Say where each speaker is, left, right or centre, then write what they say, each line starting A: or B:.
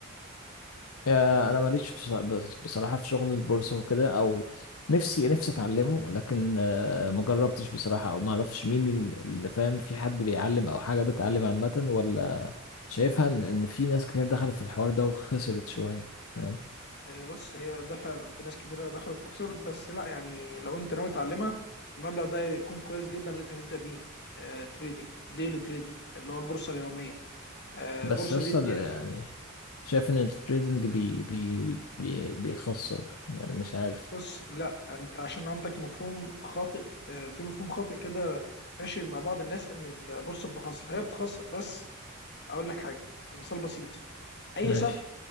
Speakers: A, on the left (about 75°); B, on the left (about 50°).
A: يا انا ماليش في- بص- بصراحه في شغل البورصه وكده او نفسي نفسي اتعلمه لكن آه، ما جربتش بصراحه او ما اعرفش مين ال- اللي فاهم في حد بيعلم او حاجه بتعلم عامه ولا شايفها ان إن في ناس كتير دخلت في الحوار ده وخسرت شويه فاهم
B: هي بص هي ده فعلا في ناس كتيره دخلت وخسرت بس لا يعني لو انت ناوي تعلمها المبلغ ده يكون كويس جدا اللي انت هتبدا بيه اه تريدينج ديلي تريدينج اللي هو البورصه اليوميه اه
A: بس
B: البورصه
A: يصل
B: دي بتقفل
A: يعني شايف ان التريدنج بي بي بي بيخسر يعني مش عارف
B: بص لا انت عشان عندك مفهوم خاطئ اه في مفهوم خاطئ كده ماشي مع بعض الناس ان البورصه بتخسر هي بتخسر بس اقول لك حاجه مثال بسيط اي
A: ماشي
B: سهم